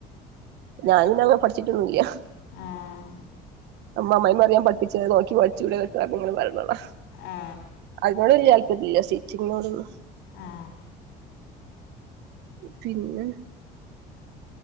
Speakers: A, on the right; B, on the left.
A: ഞാനൊന്നുങ്ങ പഠിച്ചിട്ട് ഒന്നുമില്ല
B: ആഹ്
A: അമ്മാമ്മയിമ്മ പറയും ഞാൻ പഠിപ്പിച്ചത് നോക്കി പഠിച്ചൂടെ ന്നൊക്കെ പറഞ്ഞ്ങ്ങനെ പറയണ കാണാ
B: ആ
A: അതിനോട് വല്യ താല്പര്യം ഇല്ല സ്റ്റിച്ചിങ്ങിനോടൊന്നും.
B: ആ
A: പിന്നെ?